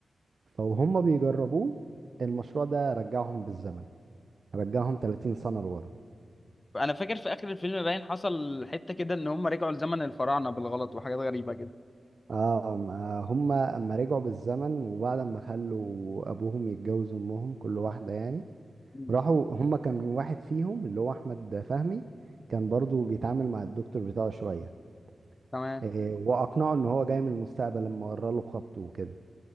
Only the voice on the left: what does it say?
انا فاكر في اخر الفيلم باين حصل حته كده ان هم رجعوا لزمن الفراعنه بالغلط وحاجات غريبه كده
مم.
تمام